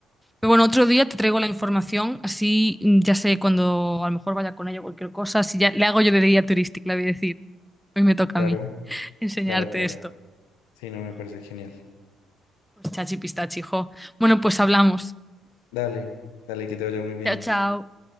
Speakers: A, in the centre; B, on the left.
A: Pero bueno, otro día te traigo la información, así mm, ya sé cuando a lo mejor vaya con ella o cualquier cosa, si ya le hago yo de guía turística, le voy a decir, hoy me toca
B: Claro,
A: a mí <laughs> enseñarte
B: claro, claro.
A: esto.
B: Sí, no, me
A: Jo.
B: parece genial.
A: Pues chachi pistachi, jo. Bueno, pues hablamos.
B: Dale, dale, que te vaya muy bien.
A: Chao, chao.